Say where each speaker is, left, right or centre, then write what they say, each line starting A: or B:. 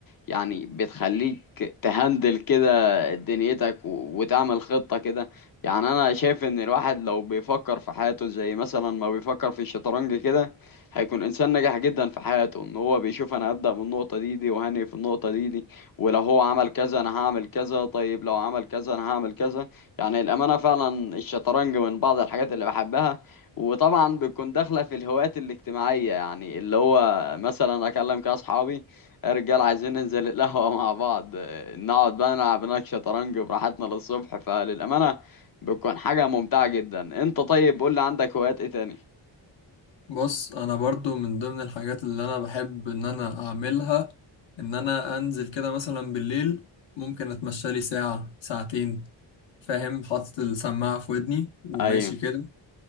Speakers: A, on the left; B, on the left.
A: يعني بتخليك تهندل كده دنيتك و- وتعمل خطة كده يعني أنا شايف إن الواحد لو بيفكر في حياته زي مثلا ما بيفكر في الشطرنج كده هيكون إنسان ناجح جدا في حياته إن هو بيشوف أنا هبدأ من النقطة دي دي وهني في النقطة دي دي ولو هو عمل كذا أنا هعمل كذا طيب لو عمل كذا أنا هعمل كذا يعني الأمانة فعلا الشطرنج من بعض الحاجات اللي بحبها وطبعا بتكون داخلة في الهوايات الاجتماعية يعني اللي هو مثلا أكلم كده أصحابي رجال عايزين ننزل القهوة مع بعض آه، نقعد بقى نلعب هناك شطرنج براحتنا للصبح فللأمانة بتكون حاجة ممتعة جدا أنت طيب قول لي عندك هوايات إيه تاني؟
B: بص انا برضو من ضمن الحاجات اللي انا بحب ان انا اعملها ان انا انزل كده مثلا بالليل ممكن اتمشى لي ساعه ساعتين فاهم حاطط السماعة في ودني وماشي
A: أيوه
B: كده